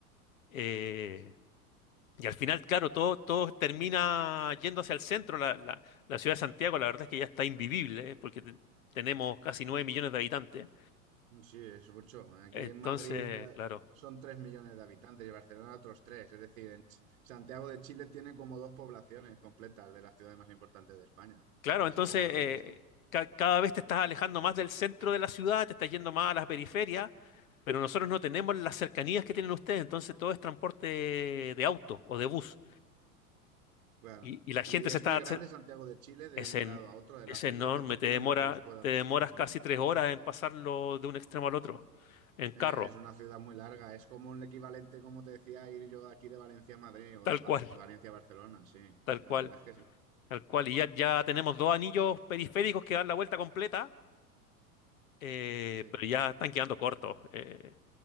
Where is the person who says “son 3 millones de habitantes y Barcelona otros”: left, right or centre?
Right